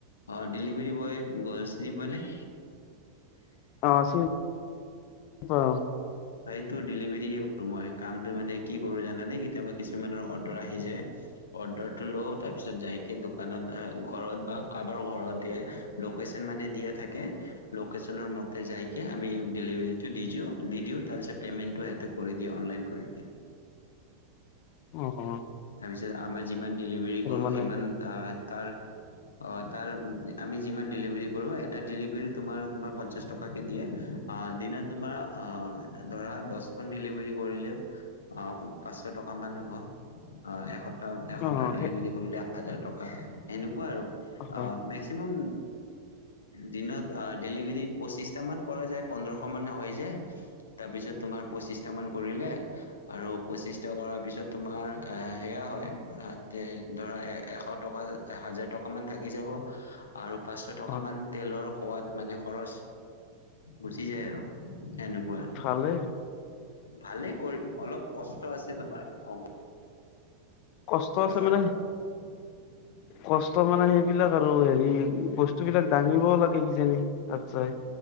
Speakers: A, on the left; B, on the left.
A: অঁ ডিলিভৰী বয় চিনি পোৱা নে?
B: অঁ, চিনি পাওঁ।
A: সেইটো ডেলিভাৰিয়ে কৰোঁ মই। কামটো মানে কি কৰোঁ জানা নে? কেতিয়াবা কিছুমানৰ অৰ্ডাৰ আহি যায় অৰ্ডাৰটো লওঁ, তাৰ পিছত যাইকে দোকানত আ ঘৰত বা কাম ঘৰত দিয়ে, লোকেশ্যন মানে দিয়া থাকে। লোকেশ্যনৰ মতে যাইকে আমি ডেলিভাৰীটো দি দিওঁ, দি দিওঁ। তাৰপিছত পে'মেণ্টটো সিহঁতে কৰি দিয়ে অনলাইন কৰি দিয়ে।
B: অ' অ'।
A: তাৰপিছত আমাৰ যিমান ডেলিভাৰী কৰো,
B: মানে
A: সিমান তাৰ অ' তাৰ আমি যিমান ডেলিভাৰী কৰো, এটা ডেলিভাৰী তোমাৰ তোমাৰ পঞ্চাছ টকাকে দিয়ে, আ দিনত তোমাৰ ধৰা দচ এখন ডেলিভাৰী কৰিলে, আ পাঁচশ টকামান হ'ব, এসপ্তাহ এশটা
B: অ
A: ডেলিভাৰী
B: সেই
A: কৰিলে হাজাৰ টকা, সেনেকুৱা আৰু
B: হয়
A: অ মেক্স মেক্সিমাম দিনত ডেলিভাৰী পঁচিছটামান কৰা যায়, পোন্ধৰশ মান হৈ যায়। তাৰপিছত তোমাৰ পঁচিশটা মান কৰিলে আৰু পঁচিছটা কৰাৰ পিছত তোমাৰ এ সেয়া হয় তে ধৰা এ এশ টকা এ হাজাৰ টকা মান থাকি যাব আৰু পাঁচশ টকা
B: হয়
A: মান তেলৰ সোৱাদ মানে খৰচ গুচি যায় আৰু, সেনেকুৱা।
B: ভালে।
A: ভালেই কৰি অলপ কষ্ট আছে তোমাৰ অঁ।
B: কষ্ট আছে
A: আৰু
B: মানে
A: <inaudible>
B: কষ্ট মানে সেইবিলাক আৰু হেৰি বস্তুবিলাক দাঙিবও লাগে কিজানি তাৰপাই।